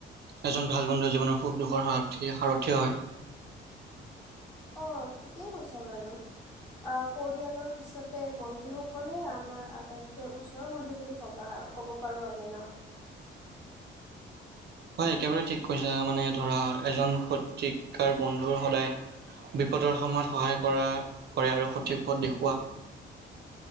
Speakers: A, on the right; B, on the left.
A: এজন ভাল বন্ধু জীৱনৰ সুখ দুখৰ সাৰ্থী সাৰথী হয়।
B: অ, ঠিকেই কৈছা বাৰু। অ পৰিয়ালৰ পিছতে বন্ধু সকলে আমাৰ আটাইত ওচৰ মানুহ বুলি ভবা ক'ব পাৰো আমি ন।
A: হয় একেবাৰে ঠিক কৈছা। মানে ধৰা এজন সঠিক কাৰ বন্ধুৰ হ'লে বিপদৰ সময়ত সহায় কৰা কৰে আৰু সঠিক পথ দেখুওৱা।